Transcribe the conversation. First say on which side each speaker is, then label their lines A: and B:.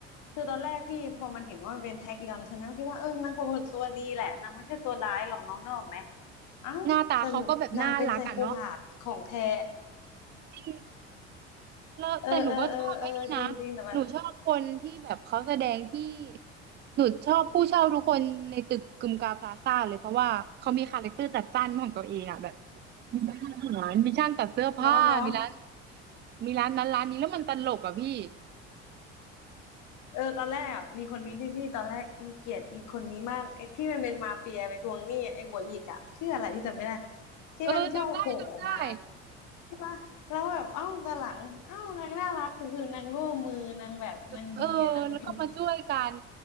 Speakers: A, on the left; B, on the right.
A: คือตอนแรกพี่พอมันเห็นว่ามันเป็นแท็กยอนใช่ไหมก็คิดว่าเออนางคงเป็นตัวดีแหละนางไม่ใช่ตัวร้ายหรอกน้องนึกออกไหมเอ้า
B: หน้าตาเขาก็แบบน่ารักอ่ะเนาะ
A: สรุปนางเป็นไซโคพาธของแท้
B: จริงแล้วแต่หนูก็ชอบไอ้นี่นะ
A: เออเออเออเออจริงจริงแต่แบบ
B: หนูชอบคนที่แบบเขาแสดงที่หนูชอบผู้เช่าทุกคนในตึกกึมกาพลาซ่าเลยเพราะว่าเขามีคาแรคเตอร์จัดจ้านของตัวเองอ่ะแบบ มีร้านอาหารมีช่างตัดเสื้อผ้า
A: เนาะเนาะ
B: มีร้านมีร้านนั้นร้านนี้แล้วมันตลกอ่ะพี่
A: เออตอนแรกอะมีคนนี้ที่พี่ตอนแรกอีเกลียดอีคนนี้มากไอ้ที่มันเป็นมาเฟียไปทวงหนี้ไอ้หัวหยิกอ่ะชื่ออะไรที่จำไม่ได้ที่มันชอบโผล่ออกมา
B: เออจำได้จำได้
A: ว่าแล้วแบบเอ้าตอนหลังเอ้านางน่ารักก็คือนางร่วมมือนางแบบนางดีอ่ะนางเป็นคนดี
B: เออแล้วก็มาช่วยกัน